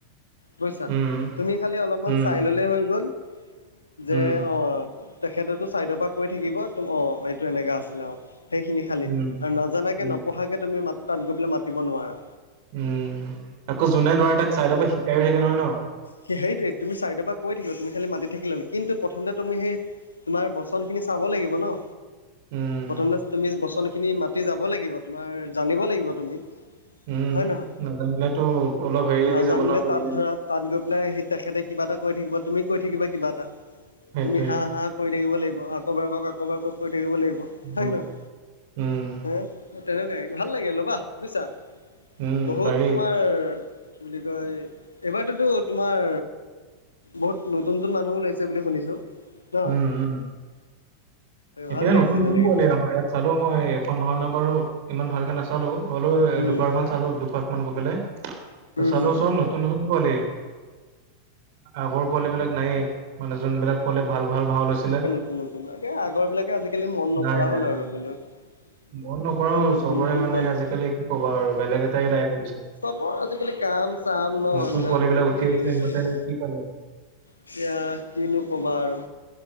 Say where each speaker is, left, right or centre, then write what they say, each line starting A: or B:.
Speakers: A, on the left; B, on the right.
A: বুইছা
B: উম,
A: তুমি খালি অলপমান
B: উম,
A: চাই ললে হৈ গল, যে
B: উম,
A: অ, অ, তেখেতেতো চাইডৰ পৰা কৈ থাকিব তো অ, এইটো এনেকা আছিলে অ, সেইখিনি খালী
B: উম,
A: আৰু নাজানাকে
B: উম,
A: নপঢ়াকে তুমি মাত তাত গৈ পেলাই মাতিব নোৱাৰা।
B: উম, আকৌ যোনে নোৱাৰে তাক চাইডৰ পৰা শিকাই থাকে নহয় ন?
A: সেই-সেইটোৱে, তুমি চাইদৰ পৰা কৈ থাকিব, তুমি খালী মাতি থাকিল হল কিন্তু প্ৰথমতে তুমি সেই তোমাৰ বচনখিনি চাব লাগিব ন।
B: উম,
A: প্ৰথমে তুমি বচনখিনি মাতি যাব লাগিব, তোমাৰ জানিব লাগিব তুমি?
B: উম,
A: হয় নহয়?
B: নাজানিলেতো অলপ হেৰি লাগি
A: নাজানিলে
B: যাব ন।
A: তাত ধৰা তাত গৈ পেলাই সি তেখেতে কিবা এটা কয় থাকিব, তুমি কৈ থাকিবা কিবা এটা
B: সেইটোৱে।
A: তুমি হা হা, কৰি থাকিব লাগিব আকৌ এবাৰ কওক আকৌ এবাৰ কওক কৈ থাকিব লাগিব হয়
B: উম।
A: নহয়?
B: উম।
A: অ, তেনেকুৱাই ভাল লাগিল ল'বা বুজিছা?
B: উম,
A: বহুত
B: পাৰি।
A: তোমাৰ কি বুলি কয় এইবাৰতোতো তোমাৰ বহুত নতুন নতুন মানুহো ওলাইছে বুলি শুনিছোঁ? ন
B: উম, উম।
A: ভাল
B: এতিয়া
A: লাগিছে
B: নতুন-নতুন
A: তেনেকে
B: পোৱালী আমাৰ ইয়াত। চালো মই এখন ভাওনা বাৰু ইমান ভালকে নাচালো হ'লো
A: উম,
B: দুবাৰ মান চালো দুবাৰ মান গৈ পেলাই,
A: উম,
B: চালো
A: হম, হম।
B: চব নত নতুন নতুন পোৱালি, আগৰ পোৱালীবিলাক নায়েই। মানে যোনবিলাক পোৱালিয়ে ভাল ভাল ভাও লৈছিল।
A: কোন কোনাকে আগ আগৰবিলাকে আজিকালি মন নকৰা
B: নাই
A: হল
B: নাই,
A: আৰু বিনয় উম
B: মন নকৰাও
A: চব নতুন
B: চবৰে
A: নতুন
B: মানে
A: পোৱালি।
B: আজিকালি কি ক'বা আৰু বেলেগ এটাই লাইফ হলোঁ যে।
A: চবৰ আজিকালি কাম- চাম ন
B: নতুন
A: এইবিলাক
B: পোৱালি বিলাক উঠি
A: হেৰি
B: আহিছে সিহঁতে
A: হেৰি।
B: কি পাৰিব,
A: এতিয়া কিনো ক'বা আৰু।